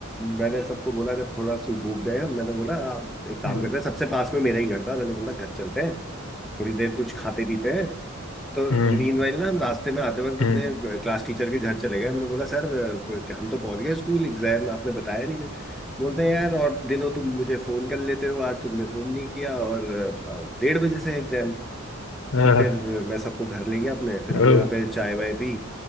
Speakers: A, in the centre; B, on the left.
A: मैंने सबको बोला जब थोड़ा सूप भूख गए हम मैंने बोला आप एक काम
B: हम्म
A: करते हैं सबसे पास में मेरा ही घर था मैंने बोला घर चलते हैं थोड़ी देर कुछ खाते पीते हैं तो
B: हम्म
A: मीनवाइल ना हम रास्ते में आते वक्त
B: हम्म
A: अपने क्लास टीचर के घर चले गए हमने बोला सर अ, हम तो पहुंच गए स्कूल एग्जाम आपने बताया नहीं कुछ बोलते हैं यार और दिनों तुम मुझे फोन कर लेते हो आज तुमने फोन नहीं किया और अ, डेढ़ बजे से एग्जाम
B: <laughs> आह,
A: फिर मैं सबको घर ले गया अपने फिर हमने
B: ओह,
A: वहाँ पे चाय वाय पी